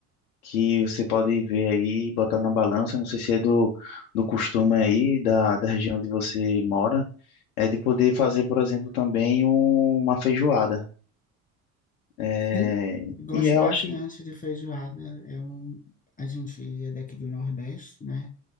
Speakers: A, on the left; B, on the left.
A: que você pode ver aí, botar na balança, não sei se é do, do costume aí, da, da região onde você mora, é de poder fazer, por exemplo, também um- uma feijoada. É,
B: Sim, Gosto
A: e eu
B: bastante
A: acho,
B: de feijoada. É um, a gente é daqui do Nordeste, né?